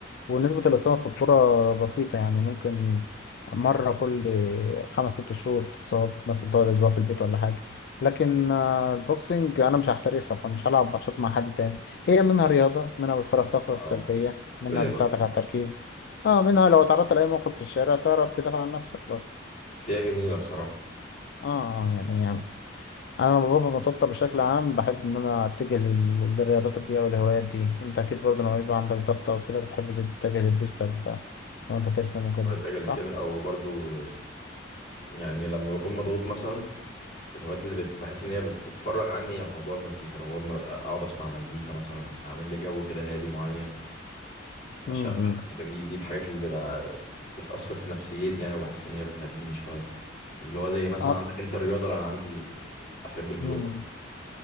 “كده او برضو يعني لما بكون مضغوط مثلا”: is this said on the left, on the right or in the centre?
Left